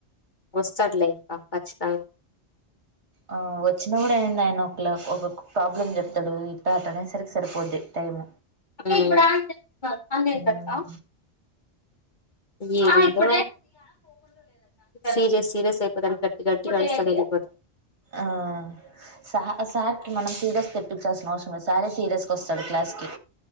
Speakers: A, on the left; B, on the right.
A: వస్తాడులే, హా ఖచ్చితంగా.
B: ఆ వచ్చిడే ఆయన, నైన్ ఓ క్లాక్ ఒక్కొక్క ప్రాబ్లమ్ చెప్తాడు, ఇట్ట అట్ట అనే సరికి సరిపోద్ది టైమ్.
A: ఉ
B: మ్మ్
A: ఏదొ సీరియస్ సీరియస్ అయిపోతారు గట్టి గట్టిగా అరుస్తానే ఎలిపో
B: ఆ సార్ కి మనం సీరియస్ తెప్పించాల్సిన అవసరం లేదు సారే సీరియస్ గా వస్తాడు క్లాస్ కి.